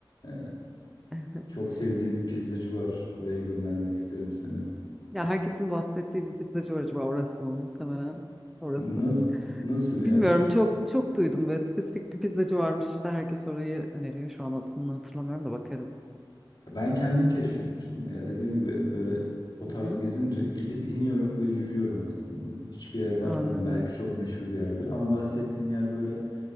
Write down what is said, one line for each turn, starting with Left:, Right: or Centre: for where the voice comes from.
Left: e,
Centre: <laughs>
Left: çok sevdiğim bir pizzacı var. Oraya göndermek isterim seni.
Centre: Ya herkesin bahsettiği bir pizzacı var acaba orası mı? Muhtemelen orası.
Left: Nasıl nasıl bir
Centre: Bilmiyorum
Left: yer?
Centre: çok çok duydum böyle spesifik bir pizzacı varmış işte herkes orayı öneriyor. Şu an adını hatırlamıyorum da bakarım.
Left: Ben kendim keşfetmiştim. Ya dediğim gibi böyle o
Centre: Hı
Left: tarz
Centre: hı.
Left: gezince gidip iniyorum ve yürüyorum aslında. Hiçbir yere bakmadım.
Centre: Anladım.
Left: Belki çok meşhur bir yerdir ama bahsettiğim yer böyle